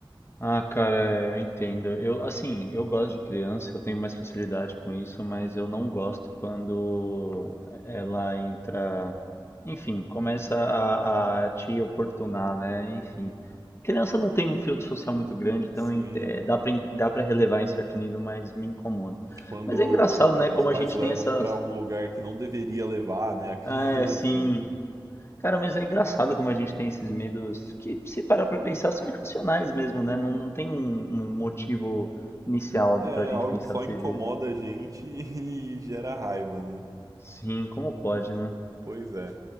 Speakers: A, on the left; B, on the right.
A: Ah, cara, eu entendo. Eu, assim, eu gosto de criança, eu tenho mais facilidade com isso, mas eu não gosto quando ela entra, enfim, começa a, a te oportunar, né? Enfim, criança não tem um filtro social muito grande, então
B: Sim.
A: eu ent- eh, dá pra, en- dá pra relevar em certo nível, mas me incomoda.
B: Quando,
A: Mas é engraçado, né?
B: quando
A: Como
B: os pais
A: a gente
B: levam
A: tem essas.
B: pra um lugar que não deveria levar, né, a criança.
A: É, sim. Cara, mas é engraçado como a gente tem esses medos que, se parar pra pensar, são irracionais mesmo, né? Não, não tem um, um motivo inicial
B: É
A: pra gente
B: algo
A: pensar
B: que só
A: desse
B: incomoda
A: jeito.
B: a gente <laughs> e gera raiva, né?
A: Sim, como pode, né?
B: Pois é.